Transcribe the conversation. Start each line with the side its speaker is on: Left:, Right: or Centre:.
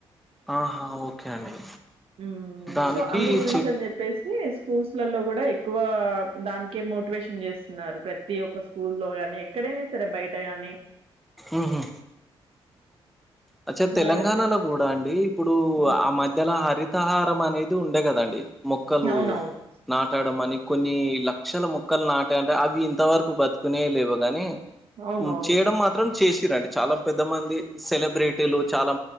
Centre: ఆహా ఓకే అండి
Right: మ్మ్
Centre: దానికి
Right: సో అందు గురించని
Centre: చెట్
Right: జెప్పేసి స్కూల్స్లలో గూడా ఎక్కువ దానికే మోటివేషన్ చేస్తున్నారు ప్రతి ఒక్క స్కూల్ లో ఎక్కడైనా సరే బయట గానీ
Centre: ఆహా అచ్చే తెలంగాణలో
Right: దాని గురించి.
Centre: గూడా అండి ఇప్పుడు
Right: హ్మ్.
Centre: ఆ మధ్యల హరిత హారం అనేది ఉండే గదండి మొక్కలు
Right: అవునవును.
Centre: నాటడమని కొన్ని లక్షల ముక్కలు నాటాన్ర అవి ఇంతవరకు బతుకునే లేవు గాని
Right: అవునవును.
Centre: చేయడం మాత్రం చేసిరండి చాలా పెద్ద మంది సెలబ్రిటీలు చాలా